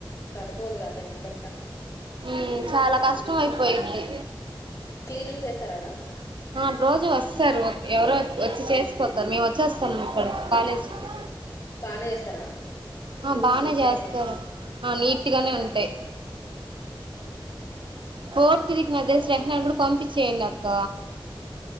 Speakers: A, on the left; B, on the right.
A: సరిపోదు గా టెన్ నెంబర్స్ కంటే
B: ఉ చాలా కష్టం అయిపోయిద్ది
A: క్లీనింగ్ చేస్తారా రా
B: ఆ రోజు వస్తారు ఎవరో వచ్చి చేసిపోతారు మేము వచ్చేస్తాము ఇక్కడకి కాలేజీకి
A: బానే చేస్తారా
B: ఆ
A: రూమ్స్
B: బానే
A: నీట్
B: చేస్తారు
A: గానే
B: ఆ నీట్ గానె
A: ఓకే
B: ఉంటాయి ఫోర్ త్రీ కి నా తెలిసి రాసిన కూడా పంపించేయండి అక్క